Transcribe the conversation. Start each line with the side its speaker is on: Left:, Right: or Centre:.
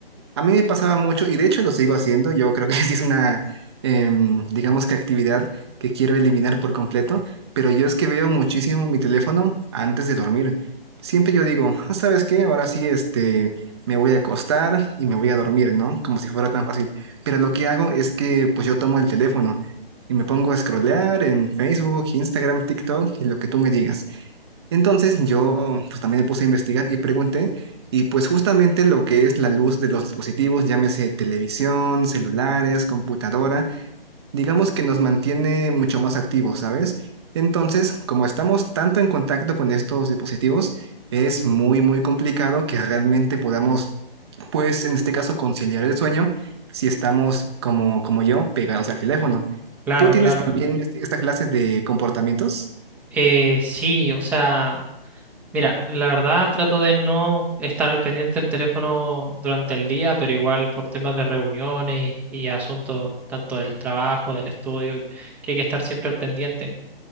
Right: A mí me pasaba mucho, y de hecho lo sigo haciendo, yo creo que <laughs> sí es una, em, digamos que actividad que quiero eliminar por completo, pero yo es que veo muchísimo mi teléfono antes de dormir. Siempre yo digo, "Ah, ¿sabes qué? Ahora sí, este, me voy a acostar y me voy a dormir, ¿no? Como si fuera tan fácil. Pero lo que hago es que pues yo tomo el teléfono y me pongo a scrollear en Facebook, Instagram, TikTok y lo que tú me digas. Entonces yo pues también me puse a investigar y pregunté y pues justamente lo que es la luz de los dispositivos, llámese televisión, celulares, computadora, digamos que nos mantiene mucho más activos, ¿sabes? Entonces, como estamos tanto en contacto con estos dispositivos, es muy muy complicado que realmente podamos pues en este caso conciliar el sueño si estamos como como yo pegados al teléfono.
Centre: Claro,
Right: ¿Tú tienes
Centre: claro.
Right: también este- esta clase de comportamientos?
Centre: Eh, sí, o sea. Mira, la verdad trato de no estar al pendiente del teléfono durante el día, pero igual por temas de reuniones y asuntos tanto del trabajo, del estudio, que hay que estar siempre al pendiente.